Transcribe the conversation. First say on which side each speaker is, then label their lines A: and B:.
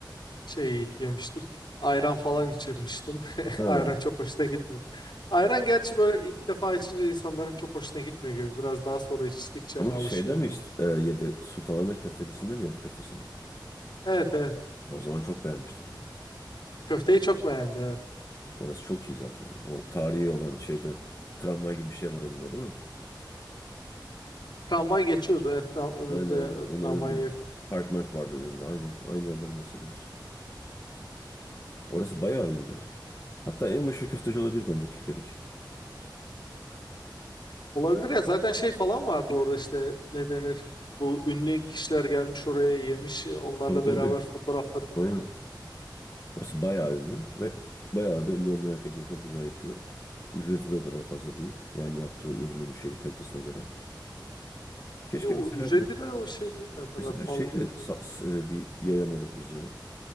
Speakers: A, on the left; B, on the left.
A: şey yemiştik. Ayran falan içirmiştim. <laughs>
B: Ha. Ama
A: Ayran çok hoşuna gitmedi. Ayran gerçi böyle ilk defa içince insanların çok hoşuna gitmiyor gibi. Biraz daha sonra içtikçe hani alışıyor
B: şeyde mi işte, e, yedi? Sultanahmet köftecisinde mi yedi köftesini?
A: Evet evet.
B: Ya O zaman çok beğenmiştir ya.
A: Köfteyi çok beğendi evet.
B: Orası çok iyi zaten ya. O tarihi olan şeyde tramvay gibi bir şey var önünde değil mi?
A: Tramvay geçiyordu etraf önünde
B: Aynen aynen.
A: e,
B: onun
A: tramvaya
B: önünde.
A: yakın. diye.
B: Park Mark vardı önünde. Aynen. Aynı yerden bahsediyoruz. Orası bayağı iyi ya. Hatta en meşhur köfteci olabilir bence Türkiye'deki.
A: Olabilir ya zaten şey falan vardı orada işte ne denir? Bu ünlü kişiler gelmiş oraya yemiş e, onlarla
B: Tabii tabii.
A: beraber fotoğrafları falan.
B: Aynen. Burası bayağı ünlü ve bayağı da ünlü olmayı hak ediyor. Çok güzel yapıyor. Ücreti de o kadar fazla değil. Yani yaptığı ürünün şeyin kalitesine göre. Keşke
A: E, o
B: mesela
A: ücreti
B: bu
A: de o şey değil o kadar
B: mesela
A: pahalı
B: şey
A: değildi.
B: de sa- s- e, bir yayamadık biz ya